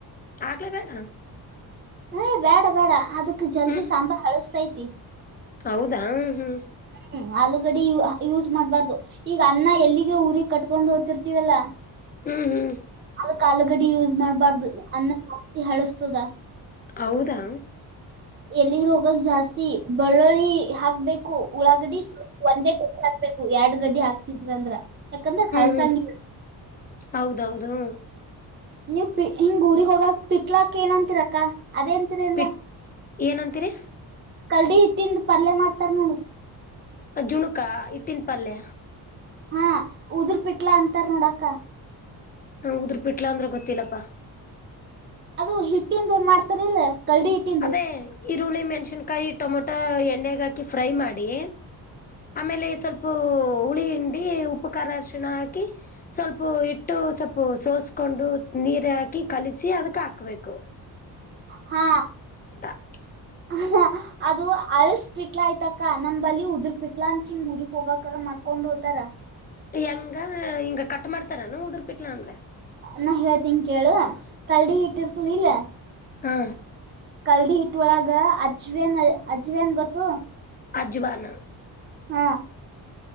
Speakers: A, on the left; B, on the right.
A: ಆಗ್ಲೇ ಬೇಡ
B: ಹ ಬೇಡ ಬೇಡ ಅದಕ್ ಜಲ್ದಿ
A: ಹ್ಮ್
B: ಸಾಂಬಾರ್ ಹಳಸ್ತೈತಿ
A: ಹೌದಾ ಹೂ
B: ಹೂ ಆಲೂಗಡೆ ಯೂಸ್ ಮಾಡ್ಬಾರ್ದು ಈಗ ಅನ್ನ ಎಲ್ಲಿಗ್ರ ಊರಿಗೆ ಕಟ್ಕೊಂಡು ಓದತಿರ್ತಿೀವಲ್ಲಾ
A: ಹೂ ಹೂ
B: ಅದಕ ಆಲುಗಡಿ ಯೂಸ್ ಮಾಡ್ಬಾರ್ದು ಅನ್ನ ಜಾಸ್ತಿ ಹಳಸ್ತದ
A: ಹೌದಾ
B: ಎಲ್ಲಿಗ್ ಹೋಗಕ್ ಜಾಸ್ತಿ ಬೆಳ್ಳುಳ್ಳಿ ಹಾಕ್ಬೇಕು ಉಳ್ಳಾಗಡಿ ಒಂದೇ ಆಗ್ಬೇಕು ಎರಡ್ ಗಡ್ಡಿ ಹಾಕ್ತಿದ್ರ ಅಂದ್ರ ಯಾಕಂದ್ರ ಹಳ್ಸಂಗಿ
A: ಹ್ಮ್ ಹೌದೌದು
B: ನೀವು ಪ ಹಿಂಗ ಊರಿಗೆಗ್ ಹೋಗಕ್ ಪಟ್ಲಾಕ್ ಏನ್ಂತಿರಕ್ಕ ಅದೇ ಎ
A: ಪಿಟ್ ಏನಂತೀರಿ
B: ಕಲ್ಡಿ ಹಟ್ಟಿಂದ ಪಲ್ಯ ಮಾಡ್ತಾರ ನೋಡು
A: ಅ್ ಜುಣುಕಾ ಇಟ್ಟನ್ ಪಲ್ಯ
B: ಹಾ ಉದರ್ ಪಿಟ್ಲಾ ಅಂತಾರ ನೋಡಕ
A: ಹ ಉದ್ರ ಪಿಟ್ಲಾ ಅಂದ್ರೆ ಗೊತ್ತಿಲ್ಲಪ್ಪಾ
B: ಅದು ಹಿಟ್ಟಿಂದ ಮಾಡ್ತಾರಿಲ್ಲ ಕಲ್ಡಿ ಹಿಟ್ಟಿಂದು
A: ಅದೇ ಈರುಳ್ಳಿ ಮೆಣ್ಸನ್ಕಾಯಿ ಟೊಮೊಟೊ ಎಣ್ಣಗೆ ಹಾಕಿ ಫ್ರೈ ಮಾಡಿ ಆಮೇಲೆ ಸ್ವಲ್ಪ ಹುಳಿ ಹಿಂಡಿ ಉಪ್ಪು ಖಾರ ಅರ್ಶಿಣ ಹಾಕಿ ಸ್ವಲ್ಪ ಇಟ್ಟು ಸ್ವಲ್ಪ ಸೋಸ್ಕೊಂಡು ನೀರ ಹಾಕಿ ಕಲಸಿ ಅದಕ್ ಹಾಕ್ಬೇಕು
B: ಹಾ
A: ಹ
B: ಹ ಅದು ಅಲ್ಸ್ ಪಿಟ್ಲಾ ಆಯ್ತಕ ನ್ ಬಲಿ ಉದ್ರ ಪಿಟ್ಲಾ ಅಂತ ಹಿಂಗ ಊರಿಗ್ ಹೋಗಕರ ಮಾಡ್ ಕೊಂಡು ಹೋಗತಾರಾ
A: ಹೆಂಗ ಹಿಂಗ ಕಟ್ ಮಾಡ್ತಾರಾನ ಉದರ್ಪಿಟ್ಲ ಅಂದ್ರೆ
B: ನಾ ಹೇಳ್ತೀನಿ ಕೇಳು ಕಲ್ಡಿಿ ಇಟ್ಟಿರ್ತದ ಇಲ್ಲ
A: ಹಾ
B: ಕಲ್ದಿ ಇಟ್ ಒಳಗ ಅಜ್ವೇನ್ ಅಜ್ವೇನ್ ಗೊತ್ತು
A: ಅಜ್ವನ್
B: ಹಾ